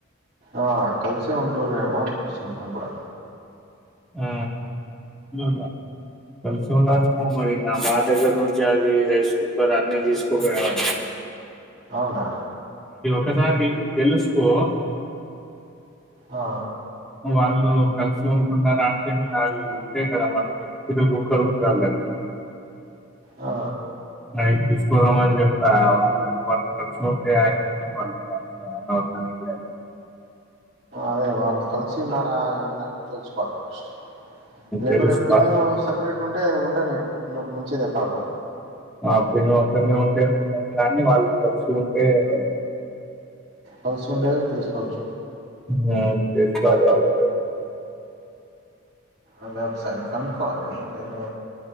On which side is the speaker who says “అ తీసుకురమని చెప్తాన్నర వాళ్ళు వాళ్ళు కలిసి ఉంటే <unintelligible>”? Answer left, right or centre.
Centre